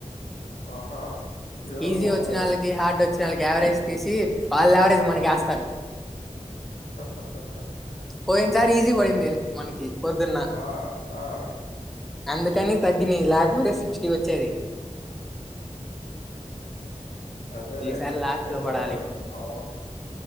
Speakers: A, on the left; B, in the centre.
A: ఆహా ఇదేదో
B: ఈజీ
A: బావుందే.
B: వచ్చిన వాళ్ళకి హార్డ్ వచ్చిన వాళ్ళకి యావరేజ్ తీసీ వాళ్ళు యావరేజ్ మనకి ఏస్తారు
A: బ్లాంక్
B: పోయిన్ సారి ఈజీ పడింది మనకి పొద్దున్న
A: ఆ ఆ
B: అందుకని తగ్గినయి లేకపోతే సిక్స్టీ వచ్చేది
A: అదెలే
B: ఈసారి లాస్ట్
A: చెెప్పావుగా
B: లో పడాలి
A: అవును